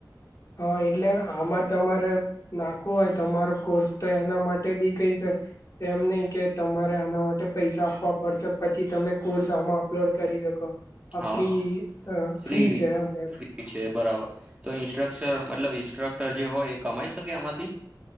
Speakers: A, on the left (about 40°); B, on the right (about 15°).
A: હા, એટલે હામા તમારે નાખવું હોય તમારો કોર્સ તો એના માટે બી કઈક એમ નહી કે તમારે આના માટે પૈસા આપવા પડશે પછી તમે કોર્સ આમાં અપલોડ કરી <inaudible> અફ્રી
B: હા હા
A: અ-ફ્રી
B: ફ્રી
A: છે અમ- અમ
B: ફ્રી છે બરાબર, તો ઇન્સ્ટ્રકસર મતલબ ઇન્સ્ટ્રક્ટર જે હોય એ કમાઈ શકે આમાંથી?